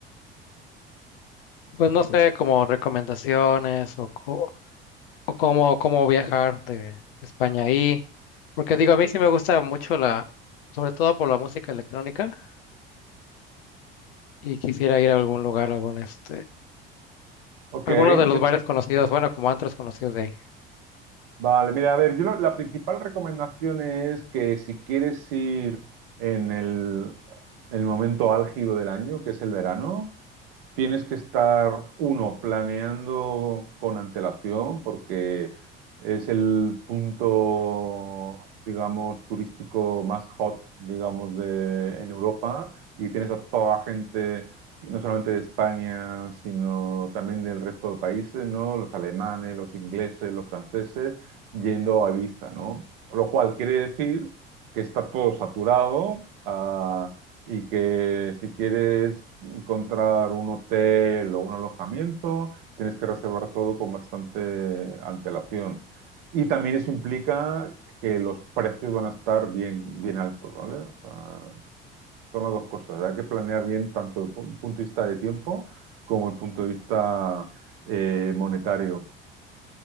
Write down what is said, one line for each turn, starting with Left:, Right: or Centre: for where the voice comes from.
Left: pues no sé, como recomendaciones o, co- o cómo, cómo viajar de, de España ahí. Porque digo, a mí sí me gusta mucho la, sobre todo por la música electrónica, y quisiera ir a algún lugar, algún este,
Right: Ok,
Left: alguno de los
Right: yo
Left: bares
Right: te-
Left: conocidos, bueno, como antros conocidos de ahí.
Right: vale, mira, a ver, yo lo- la principal recomendación es que si quieres ir en el, el momento álgido del año, que es el verano, tienes que estar, uno, planeando con antelación, porque es el punto, digamos, turístico más hot, digamos, de, en Europa, y tienes a toda la gente, no solamente de España, sino también del resto de países, ¿no? Los alemanes, los ingleses, los franceses, yendo a Ibiza, ¿no? Lo cual quiere decir que está todo saturado, ah, y que si quieres encontrar un hotel o un alojamiento, tienes que reservar todo con bastante antelación. Y también eso implica que los precios van a estar bien, bien altos, ¿vale? O sea, son las dos cosas. Hay que planear bien tanto el pu- punto de vista de tiempo como el punto de vista eh, monetario.